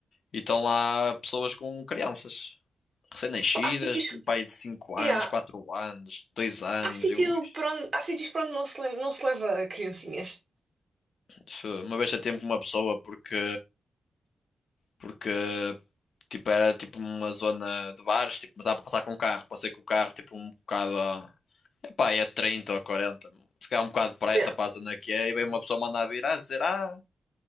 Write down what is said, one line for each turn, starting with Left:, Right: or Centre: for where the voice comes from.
Left: e estão lá pessoas com crianças. Recém-nascidas,
Right: Há sítios.
Left: assim, pai de cinco anos,
Right: Yeah.
Left: 4 anos, 2 anos.
Right: Há sítio
Left: Eu, ui,
Right: para onde, há sítios para onde não se, le- não se leva criancinhas.
Left: isso- uma vez a tempo com uma pessoa porque, porque tipo, era tipo uma zona de bares, tipo, mas dá para passar com o carro. Passei com o carro tipo um bocado pá, é 30 ou quarenta Se calhar um bocado de pressa
Right: Yeah.
Left: para a zona que é, e vem uma pessoa mandar vir a dizer: Ah,